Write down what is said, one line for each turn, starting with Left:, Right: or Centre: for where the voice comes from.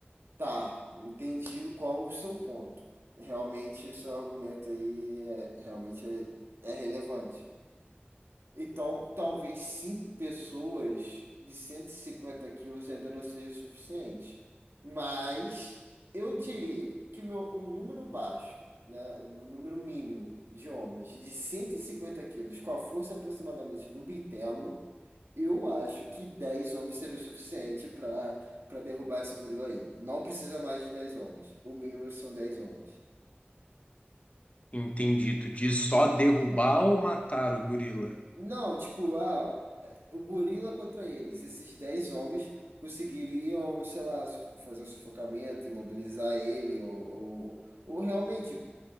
Right: Tá, entendi qual o seu ponto. Realmente, o seu argumento aí é, realmente é é relevante. Então, talvez cinco pessoas de 150 quilos ainda não seja suficiente. Mas eu diria que meu, um número baixo, né, um número mínimo de homens de 150 quilos, com a força aproximadamente do bitelo, eu acho que 10 homens seria o suficiente para para derrubar esse gorila aí. Não precisa mais de 10 homens. O mínimo são 10 homens.
Left: entendi. Tu diz só derrubar ou matar o gorila?
Right: Não, tipo, ah, o gorila contra eles, esses 10 homens conseguiriam, sei lá, su- fazer um sufocamento, imobilizar ele, ou, ou, ou realmente